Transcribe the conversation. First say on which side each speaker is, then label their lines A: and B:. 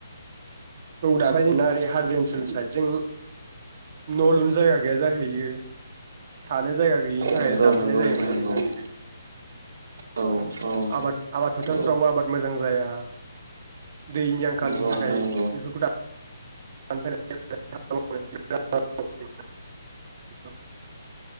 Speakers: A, on the right (about 40°); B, on the right (about 55°).
A: औ <unintelligible> हाजो ओनसोल साइदजों न' लुनो जायगा गैया जाहैयो थानो जायगा गैयिनि थाखायनो
B: नंगौ
A: दानफायनाय
B: नंगौ
A: जायो माने
B: नंगौ
A: नोंथां <unintelligible>
B: औ औ
A: आबाद आबाद फोथारफ्राव
B: औ
A: आबाद मोजां जाया दैनि आंखाल
B: नंगौ
A: बेफोरखौ
B: नोंथां नंगौ
A: <unintelligible> <unintelligible>